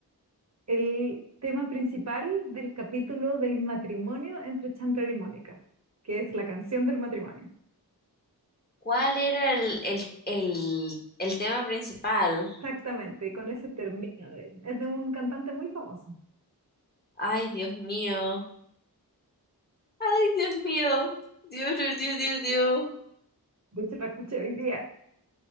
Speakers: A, on the right; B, on the left.
A: el tema principal del capítulo del matrimonio entre Chandler y Mónica, que es la canción del matrimonio.
B: ¿Cuál era el, el, el, el tema principal?
A: Exactamente, y con ese termina. de- Es de un cantante muy famoso.
B: Ay, Dios mío. Ay, Dios mío. Dios, Dios, Dios, Dios, Dios.
A: De hecho, la escuché hoy día.